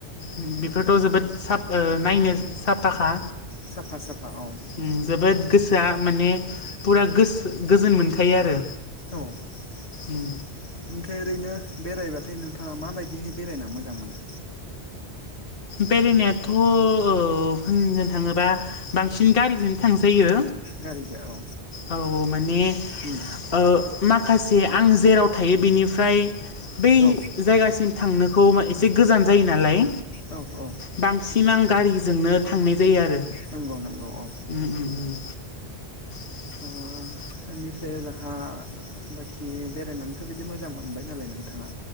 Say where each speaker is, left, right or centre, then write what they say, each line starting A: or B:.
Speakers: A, on the left (about 55°); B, on the left (about 75°).
A: उम बेफोरथ' जोबोद साब नायनो साफाखा
B: साफा साफा औ
A: उम जोबोद गोसोआ माने फुरा गोसो गोजोन मोनखायो आरो।
B: औ ओमफ्राय
A: उम
B: ओरैनो बेरायबा नोंथांङा माबायदिहै बेरायना मोजां मोनो?
A: बेरायनायाथ' ओ होननो थांङोबा बांसिन गारिजों थांजायो।
B: गारिजों औ
A: औ औ माने
B: उम
A: ओ माखासे आं जेराव थायो बिनिफ्राय बै
B: औ
A: जायगासिम थांनोखौ एसे गोजान जायो नालाय
B: औ औ
A: बांसिन आं गारिजोंनो थांनाय जायो आरो
B: नंगौ नंगौ औ
A: उम उम उम। <inaudible>
B: ओ बेनिफ्राय राहा बाखि बेरायनानैथ' बिदि मोजां मोनबाय नालाय नोंथाङा।